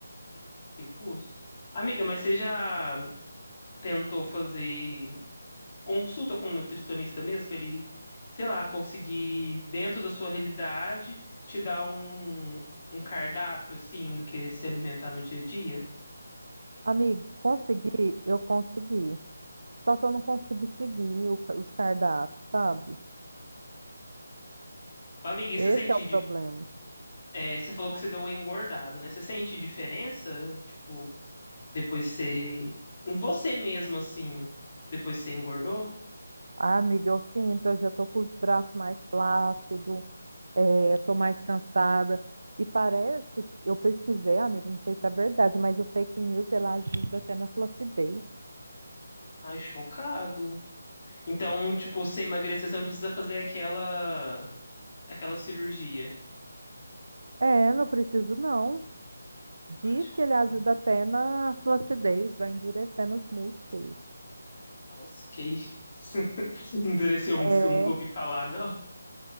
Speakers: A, on the left; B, on the right.
A: que custa? Amiga, mas você já tentou fazer consulta com um nutricionista mesmo, pra ele, sei lá, conseguir, dentro da sua realidade, te dar um, um cardápio, assim, do que se alimentar no dia a dia?
B: Amigo, consegui, eu consegui. Só que eu não consigo seguir o ca- os cardápios, sabe?
A: Ô, Amiga, e
B: Esse
A: você sente,
B: é o problema.
A: di- é, você falou que você deu uma engordada, né? Você sente diferença, tipo, Depois você. Em você mesmo, assim. Depois você engordou?
B: Ai, amiga, eu sinto, eu já tô com os braços mais flácidos, é, tô mais cansada. E parece, eu pesquisei, amigo, não sei se é verdade, mas o fake news, ela ajuda até na flacidez.
A: Ai, chocado. Então, tipo, você emagrecer, você não precisa fazer aquela. aquela cirurgia.
B: É, não preciso não. Diz
A: Ai, chocado.
B: que ele ajuda até na flacidez, vai endurecendo os músculos.
A: Nossa, que isso. <laughs> endureceu música,
B: É,
A: eu nunca ouvi falar, não.